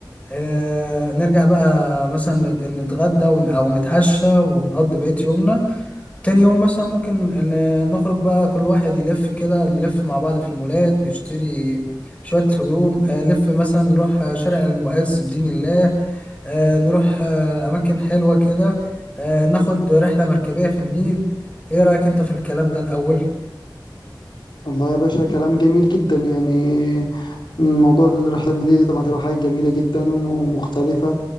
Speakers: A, on the left; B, on the left.
A: آه نرجع بقى مثلا نت- نتغدى ون- او نتعشى ونقضي بقية يومنا تاني يوم مثلا ممكن ن- نخرج بقى كل واحد يلف كده نلف مع بعض في المولات نشتري شوية هدوم آه، نلف مثلا نروح آه، شارع المعز بدين الله آه، نروح آه، أماكن حلوة كده آه، ناخد رحلة مركبية في النيل ايه رأيك انت في الكلام ده الأول
B: والله يا باشا كلام جميل جدا يعني موضوع الرحلة النيلية دي طبعا هتبقى حاجة جميلة جدا وم- ومختلفة